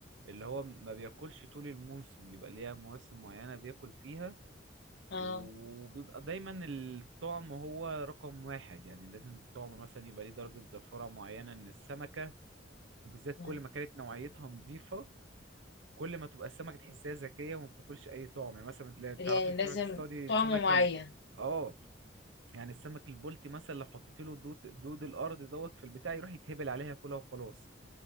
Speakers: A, on the right; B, on the left.
A: اللي هو ما بياكلش طول الموسم بيبقى ليها مواسم معينة بياكل فيها
B: اه
A: وبيبقى دايما الطعم هو رقم واحد يعني لازم الطعم مثلا يبقى ليه درجة زفرة معينة من السمكة وبالذات
B: آه.
A: كل ما كانت نوعيتها نظيفة كل ما تبقى السمكه تحسها ذكيه وما بتاكلش اي طعم يعني مثلا تلاقي- تعرفي
B: يعني
A: تروحي
B: لازم
A: تصطادي السمكه
B: طعم معين
A: ال... اه يعني السمك البلطي مثلا لو حطيت له دود دود الارض دوت في البتاع يروح يتهبل عليها ياكلها وخلاص